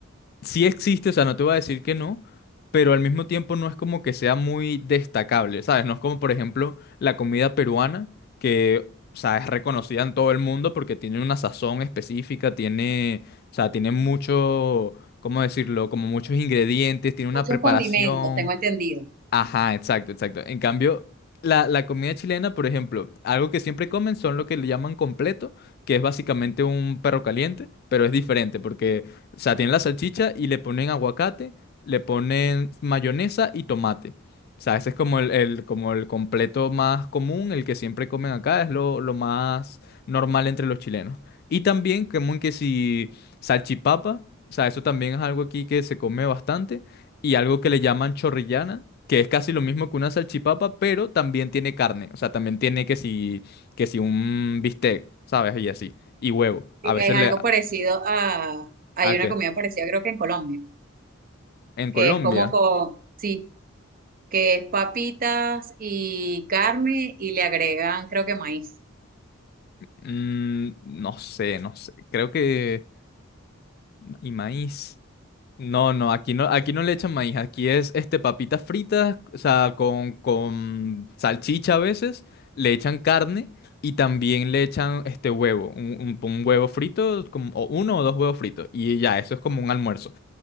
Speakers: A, on the left; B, on the right.
A: sí existe, o sea, no te voy a decir que no, pero al mismo tiempo no es como que sea muy destacable, ¿sabes? No es como, por ejemplo, la comida peruana, que, o sea, es reconocida en todo el mundo porque tiene una sazón específica, tiene, o sea, tiene mucho, ¿cómo decirlo? Como muchos ingredientes, tiene una
B: Muchos
A: preparación,
B: condimentos, tengo entendido.
A: Ajá, exacto, exacto. En cambio, la, la comida chilena, por ejemplo, algo que siempre comen son lo que le llaman completo, que es básicamente un perro caliente, pero es diferente porque, o sea, tienen la salchicha y le ponen aguacate, le ponen mayonesa y tomate. O sea, ese es como el, el- como el completo más común, el que siempre comen acá, es lo, lo más normal entre los chilenos. Y también, común que si salchipapa, o sea, eso también es algo aquí que se come bastante y algo que le llaman chorrillana, que es casi lo mismo que una salchipapa, pero también tiene carne. O sea, también tiene que si, que si un bistec, ¿sabes? Y así. Y huevo.
B: Es
A: A veces le...
B: algo parecido a, hay
A: ¿A
B: una
A: qué?
B: comida parecida creo que en Colombia,
A: En Colombia.
B: que es como con, sí, que es papitas y carne y le agregan creo que maíz.
A: mm, no sé, no sé. Creo que... Y maíz. No, no, aquí no, aquí no le echan maíz, aquí es este papitas fritas, o sea, con, con salchicha a veces, le echan carne y también le echan este huevo, un, un- un huevo frito, como, o uno o dos huevos fritos, y ya, eso es como un almuerzo.